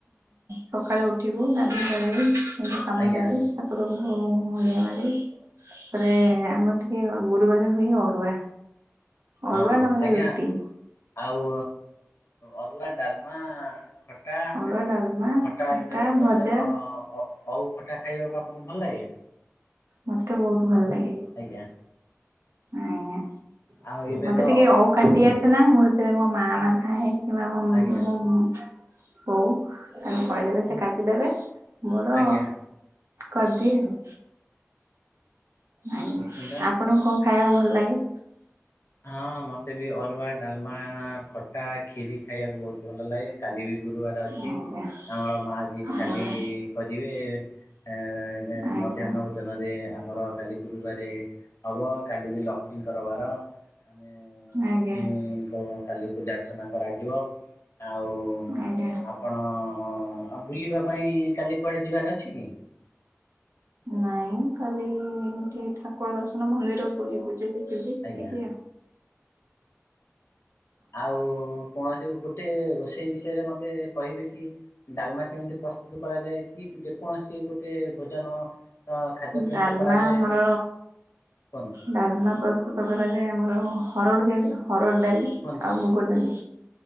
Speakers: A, on the right (about 70°); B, on the left (about 65°).
A: ସକାଳୁ ଉଠିବୁ ଗାଧେଇ ପାଧେଇ କାମ
B: ଆଜ୍ଞା।
A: ସାରି ଠାକୁରଙ୍କୁ ମୁଣ୍ଡିଆ ମାରି ତାପରେ ଆମ ଟିକେ ଗୁରୁବାର ହୁଏ ଅରୁଆ
B: ହଁ
A: ଅରୁଆ ନହେଲେ
B: ଆଜ୍ଞା
A: ରୁଟି।
B: ଆଉ ଅରୁଆ ଡାଲମା ଖଟା
A: ଅରୁଆ ଡାଲମା
B: ଖଟା ଏଇନା ବର୍ତ୍ତମାନ
A: ଭଜା
B: ଅ ଅଉ ଖଟା ଖାଇବାକୁ ଆପଣଙ୍କୁ ଭଲ ଲାଗେ?
A: ମତେ ବହୁତ ଭଲ ଲାଗେ।
B: ଆଜ୍ଞା।
A: ଆଜ୍ଞା
B: ଆଉ ଏବେ
A: ମତେ
B: ତ
A: ଟିକେ ଅଉ କାଟି ଆସେନା ମୁଁ ସେ ମୋ ମା ମାମା ଥାଏ କିମ୍ବା ମୋ
B: ଆଜ୍ଞା।
A: ଓ ହଉ ତାଲେ କଇଦେଲେ ସେ କାଟିଦେବେ ମୋର
B: ଆଜ୍ଞା
A: କରିଦିଏ ଆଉ। ଆଜ୍ଞା
B: ନିଶ୍ଚିନ୍ତ।
A: ଆପଣଙ୍କୁ କଣ ଖାଇବାକୁ ଭଲ ଲାଗେ-
B: ହଁ ମତେ ବି ଅରୁଆ ଡାଲମା ଖଟା ଖିରି ଖାଇବାକୁ ବହୁତ ଭଲ ଲାଗେ କାଲି ବି ଗୁରୁବାର ଅଛି
A: ଆଜ୍ଞା
B: ଆମର ମା ବି
A: ଆଜ୍ଞା
B: କାଲି କରିବେ ଏ
A: ଆଜ୍ଞା
B: ମଧ୍ୟାହ୍ନ ଭୋଜନରେ ଆମର ଖାଲି ଗୁରୁବାରେ ହବ, କାଲି ବି ଲକ୍ଷ୍ମୀଙ୍କର ବାର। ଆମେ ଲକ୍ଷ୍ମୀଙ୍କୁ
A: ଆଜ୍ଞା
B: କାଲି ପୂଜା ଅର୍ଚ୍ଚନା କରାଯିବ। ଆଉ
A: ଆଜ୍ଞା।
B: ଆପଣ ଆଉ ବୁଲିବା ପାଇଁ କାଲି କୁଆଡେ ଯିବାର ଅଛି କି
A: ନାଇଁ କାଲି ଏଠି ଠାକୁର ଦର୍ଶନ ମନ୍ଦିରକୁୁ ଯିବୁ ଯେ ଦେଖିକି
B: ଆଜ୍ଞା
A: ଏତିକି
B: ଆଉ କୌଣସି ଗୋଟେ ରୋଷେଇ ବିଷୟରେ ମତେ କହିବେ କି ଡାଲମା କେମିତି ପ୍ରସ୍ତୁତ କରାଯାଏ କି ଯେ କୌଣସି ଗୋଟେ ଭୋଜନ ଅ ଖାଦ୍ୟ
A: ହଁ
B: କେମିତି
A: ଡାଲମା
B: କରାଯାଏ
A: ଆମର
B: କୁହନ୍ତୁ
A: ଡାଲମା ପ୍ରସ୍ତୁତ କରାଯାଏ ଆମର ହରଡ଼ ଜାଇ ହରଡ଼ ଡାଲି
B: କୁହନ୍ତୁ
A: ଆଉ
B: ଆଜ୍ଞା
A: ମୁଗଡାଲି,